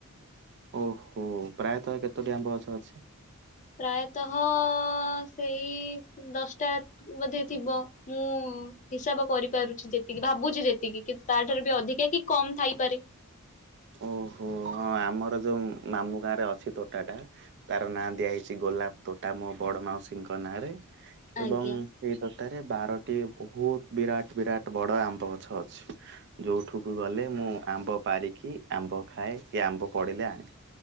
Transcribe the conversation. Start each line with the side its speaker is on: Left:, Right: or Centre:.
Right: ଓହୋ ପ୍ରାୟତଃ କେତୋଟି ଆମ୍ବଗଛ ଅଛି?
Left: ପ୍ରାୟତଃ ସେଇ ଦଶଟା ବୋଧେ ଥିବ। ମୁଁ ହିସାବ କରିପାରୁଛି ଯେତିକି ଭାବୁଚି ଯେତିକି କିନ୍ତୁ ତା ଠାରୁ ବି ଅଧିକା କି କମ ଥାଇପାରେ।
Right: ଓହୋ ହଁ ଆମର ଯୋଉ ମାମୁଁ ଗାଁ ରେ ଅଛି ତୋଟା ଟା ତାର ନାଁ ଦିଆ ହେଇଚି ଗୋଲାପ ତୋଟା ମୋ ବଡ ମାଉସୀଙ୍କ ନାଁରେ
Left: ଆଜ୍ଞା
Right: ଏବଂ ସେଇ ଗ ଟାରେ ବାରଟି ବହୁତ ବିରାଟ ବିରାଟ ବଡ ଆମ୍ବ ଗଛ ଅଛି। ଯୋଉଠୁକୁ ଗଲେ ମୁଁ ଆମ୍ବ ପାରିକି ଆମ୍ବ ଖାଏ। କି ଆମ୍ବ ପଡିଲେ ଆଣେ।